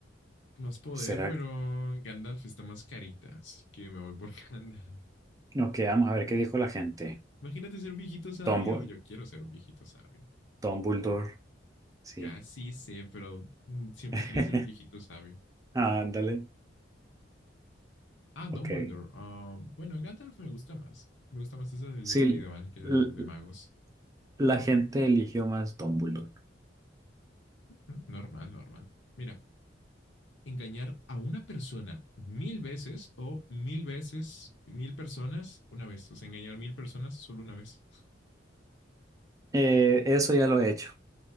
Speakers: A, on the left (about 75°); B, on the right (about 20°).
A: Más poder,
B: ¿Será?
A: pero Gandalf está más carita, así que me voy por <laughs> Gandalf.
B: Ok, vamos a ver qué dijo la gente.
A: Imagínate ser un viejito sabio.
B: Dumbo-
A: Yo quiero ser un viejito sabio.
B: Dumbledore, sí.
A: Ya sí sé, pero mm, siempre
B: <laughs>
A: quería ser un viejito sabio.
B: Ándale.
A: Ah, Dumbledore.
B: Ok.
A: Ah, bueno, Gandalf me gusta más. Me gusta más eso del
B: Sí,
A: mundo medieval que de,
B: l-
A: de magos.
B: la gente eligió más Dumbledore.
A: Ujú, Normal, normal. Mira, engañar a una persona mil veces o mil veces, mil personas una vez. O sea, engañar mil personas solo una vez.
B: Eh, eso ya lo he hecho.